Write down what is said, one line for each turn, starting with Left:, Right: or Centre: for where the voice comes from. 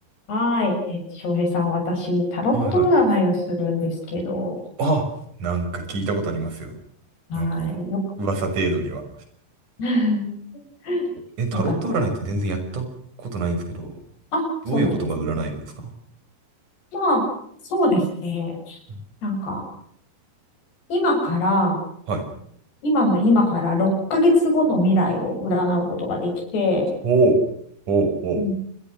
Left: はい。え、翔平さん、私、タロット占いをするんですけど、
Right: はいはい。あ、なんか聞いたことありますよ。
Left: はい。
Right: なんか、
Left: よく、
Right: 噂程度には。
Left: <laughs>
Right: え、タロット占いって全然やったことないんですけど、
Left: よかったら。あ、そうなんです。
Right: どういうことが占えるんですか
Left: まあ、そうですね。
Right: うん
Left: なんか、今から、
Right: はい。
Left: 今の今から6ヶ月後の未来を占うことができて、
Right: ほう、ほう、ほう。
Left: うん